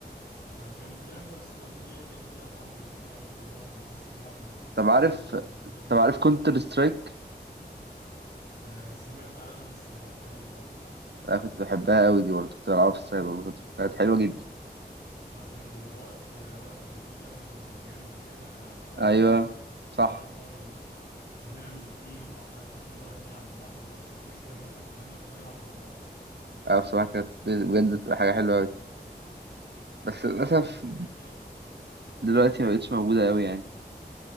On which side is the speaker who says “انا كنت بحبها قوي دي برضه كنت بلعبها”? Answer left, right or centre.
Right